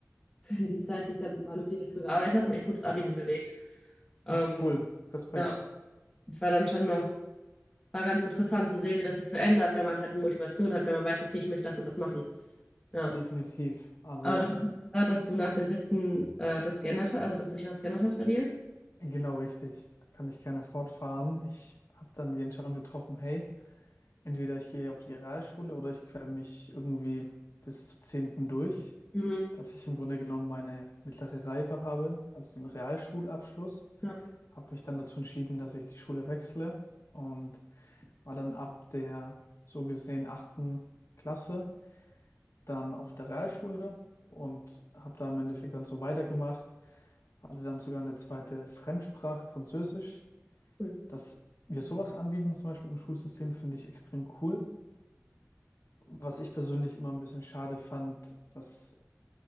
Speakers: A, on the left; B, on the left.
A: für die Zeit, die ich dann an einem Ferienstuhl gearbeitet habe, ein echt gutes Abi hingelegt. Ähm,
B: Ach cool, Respekt,
A: ja, es war dann schon noch, war ganz interessant zu sehen, wie das sich so ändert, wenn man halt eine Motivation hat, wenn man weiß, okay, ich möchte das und das machen. Ja.
B: definitiv. Also
A: Aber du meinst gerade, dass du nach der siebten äh, das geändert hast, also dass sich das geändert hat bei dir?
B: genau richtig. Da kann ich gerne fortfahren. Ich habe dann die Entscheidung getroffen, hey, entweder ich gehe auf die Realschule oder ich quäle mich irgendwie bis zur zehnten durch,
A: Mhm.
B: dass ich im Grunde genommen meine mittlere Reife habe, also den Realschulabschluss.
A: Ja,
B: Habe mich dann dazu entschieden, dass ich die Schule wechsle und war dann ab der so gesehen achten Klasse dann auf der Realschule und habe da im Endeffekt dann so weitergemacht Hatte dann sogar eine zweite Fremdsprache, Französisch.
A: cool.
B: Dass wir sowas anbieten, zum Beispiel im Schulsystem, finde ich extrem cool. Was ich persönlich immer ein bisschen schade fand, das